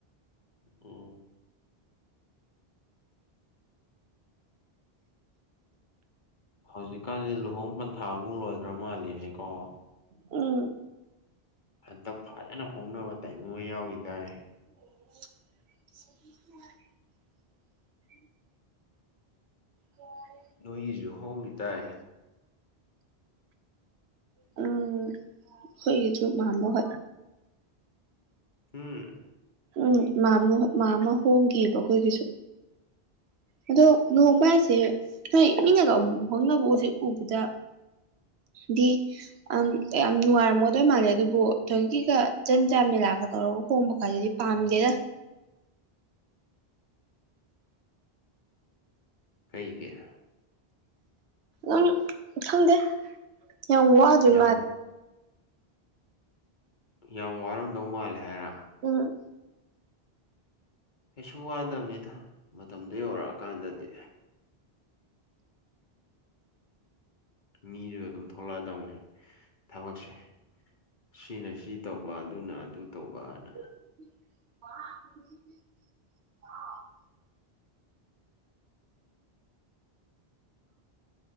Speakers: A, on the left; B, on the right.
A: ꯎꯝ ꯍꯧꯖꯤꯛꯀꯥꯟꯖꯦ ꯂꯨꯍꯣꯡ ꯄꯟꯊꯥꯃꯨꯛ ꯂꯣꯏꯒ꯭ꯔꯥ ꯃꯥꯜꯂꯦꯅꯦꯀꯣ
B: ꯎꯝ
A: ꯍꯟꯗꯛ ꯐꯖꯅ ꯍꯣꯡꯅꯕ ꯇꯥꯏꯃꯤꯡ ꯑꯃ ꯌꯥꯎꯈꯤꯗꯥꯏ
B: <inaudible> ꯑꯣ
A: ꯅꯣꯏꯒꯤꯁꯨ ꯍꯣꯡꯒꯤ ꯗꯥꯏ
B: ꯎꯝ ꯈꯣꯢꯒꯤꯖꯨ ꯃꯥꯝꯃ ꯍꯣꯢ
A: ꯍꯨꯝ
B: ꯎꯝ ꯃꯥꯃꯣ ꯃꯥꯝꯃ ꯍꯣꯡꯈꯤꯑꯕ ꯑꯩꯈꯣꯏꯒꯤꯁꯨ ꯑꯗꯣ ꯂꯨꯍꯣꯡꯕ ꯍꯥꯏꯁꯦ ꯍꯣꯏ ꯃꯤꯅꯒ ꯑꯃꯨꯛ ꯑꯃꯨꯛ ꯍꯣꯡꯅꯕ ꯍꯨꯖꯤꯛ ꯎꯕꯗ ꯗꯤ ꯑꯝ ꯌꯥꯝ ꯅꯨꯡꯉꯥꯏꯔꯝꯃꯗꯣꯏ ꯃꯥꯜꯂꯦ ꯑꯗꯨꯕꯨ ꯊꯣꯏꯀꯤꯒ ꯖꯟꯖꯥ ꯃꯦꯂꯥꯒ ꯇꯧꯔꯒ ꯍꯣꯡꯕ ꯀꯥꯢꯗꯨꯗꯤ ꯄꯥꯝꯗꯦꯗ
A: ꯀꯩꯒꯤ
B: ꯑꯗꯨꯝ ꯈꯪꯗꯦ ꯌꯥꯝ ꯋꯥꯗꯣꯏ
A: ꯌꯥꯝ
B: ꯃꯥꯂꯦ
A: ꯌꯥꯝ ꯋꯥꯔꯝꯗꯧ ꯃꯥꯜꯂꯦ ꯍꯥꯏꯔꯣ
B: ꯑ
A: ꯀꯩꯁꯨ ꯋꯥꯗꯕꯅꯤꯗ ꯃꯇꯝꯗꯨꯣ ꯌꯧꯔꯛꯑꯀꯥꯟꯗꯗꯤ ꯃꯤꯗꯨꯁꯨ ꯑꯗꯨꯝ ꯊꯣꯛꯂꯛꯑꯗꯧꯅꯦ ꯊꯕꯛꯁꯦ ꯁꯤꯅ ꯁꯤ ꯇꯧꯕ ꯑꯗꯨꯅ ꯑꯗꯨ ꯇꯧꯕꯅ
B: <inaudible>